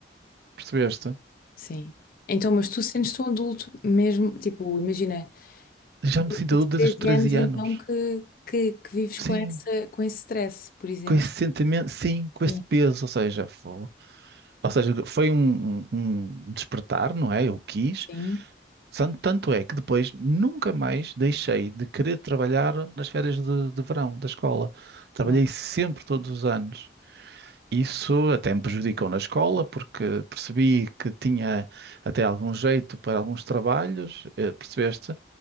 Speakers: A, on the right; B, on the left.
A: Percebeste?
B: Sim. Então, mas tu sentes-te um adulto mesmo, tipo, imagina,
A: Já
B: desde
A: me sinto
B: os
A: adulto desde
B: 13
A: os 13
B: anos então
A: anos.
B: que, que, que vives
A: Sim,
B: com essa, com esse stress, por exemplo.
A: com esse sentimento, sim, com
B: Sim.
A: esse peso. Ou seja, fo- ou seja, foi um, um- um despertar, não é? Eu quis.
B: Sim.
A: San- Tanto é que depois nunca mais deixei de querer trabalhar nas férias de, de verão da escola. Trabalhei
B: Uau.
A: sempre todos os anos. Isso até me prejudicou na escola, porque percebi que tinha até algum jeito para alguns trabalhos, eh, percebeste?